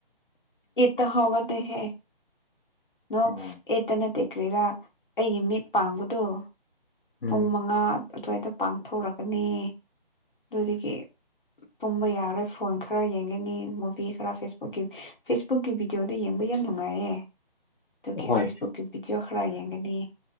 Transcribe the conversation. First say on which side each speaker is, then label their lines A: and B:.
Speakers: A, on the left; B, on the left.
A: ꯏꯠꯇ ꯍꯒꯗꯦꯦ ꯅꯣ
B: ꯑꯣ
A: ꯑꯦꯇ ꯅ ꯇꯦꯀ꯭ꯦꯔꯥ ꯑꯩꯒꯤ ꯃꯤꯠ ꯄꯥꯡꯕꯗꯨꯣ
B: ꯎꯝ
A: ꯄꯨꯡ ꯃꯉꯥ ꯑꯗꯨꯋꯥꯏꯗ ꯄꯥꯡꯊꯣꯛꯣꯔꯒꯅꯤ ꯑꯗꯨꯗꯒꯤ ꯄꯨꯝꯕ ꯌꯥꯔꯣꯏ ꯐꯣꯟ ꯈꯔ ꯌꯦꯡꯒꯅꯤ ꯃꯨꯚꯤ ꯈꯔ ꯐꯦꯁꯕꯨꯛꯀꯤ ꯐꯦꯁꯕꯨꯛꯀꯤ ꯚꯤꯗꯤꯑꯣꯗ ꯌꯦꯡ ꯕꯨ ꯌꯥꯝ ꯅꯨꯡꯉꯥꯏꯔꯦ ꯑꯗꯨꯒꯤ
B: ꯍꯣꯏ
A: ꯐꯦꯁꯕꯨꯛꯀꯤ ꯚꯤꯗꯤꯑꯣ ꯈꯔ ꯌꯦꯡꯒꯅꯤ